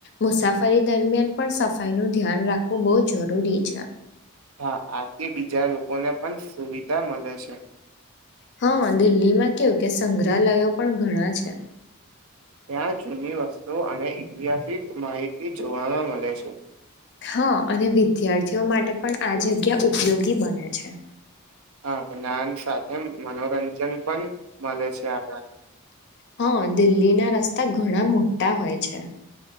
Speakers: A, on the left (about 50°); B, on the right (about 75°).
A: મુસાફરી દરમિયાન પણ સફાઈ નું ધ્યાન રાખવું બહુ જરૂરી છે.
B: હા આથી બીજા લોકોને પણ સુવિધા મળે છે.
A: હા દિલ્હીમાં કેવું કે સંગ્રહાલયો પણ ઘણા છે.
B: ત્યાં જૂની વસ્તુ અને ઐતિહાસિક માહિતી જોવાવામાં મળે છે.
A: હા અને વિદ્યાર્થીઓ માટે પણ આ જગ્યા ઉપયોગી બને છે.
B: હા જ્ઞાન સાથે મનોરંજન પણ મળે છે આપણા
A: હા દિલ્હી ના તા ઘણા મોટા હોય છે.